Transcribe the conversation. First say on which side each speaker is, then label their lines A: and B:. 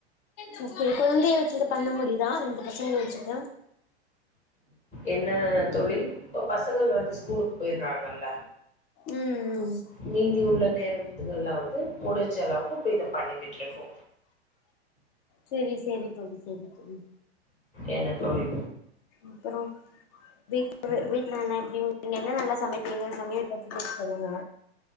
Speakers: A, on the left; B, on the left.
A: கு குழந்தைய வச்சுட்டு பண்ண முடியுதா ரெண்டு பசங்கள வச்சுட்டு
B: என்ன தோழி இப்ப பசங்கள் வந்து ஸ்கூலுக்கு போய்றாங்கல்ல
A: ம் ம்
B: மீதி உள்ள நேரத்துகள்லா வந்து முடிஞ் கொஞ்ச அளவுக்கு இப்ப இத பண்ணிக்கிட்ருக்கு
A: சரி சரி தோழி சரி <unintelligible>
B: என்ன தோழி
A: அப்புற வீட்டுல வீட்டுல நன நீங்க என்ன நல்லா சமைப்பீங்க சமைய பத்தி தெ சொல்லுங்க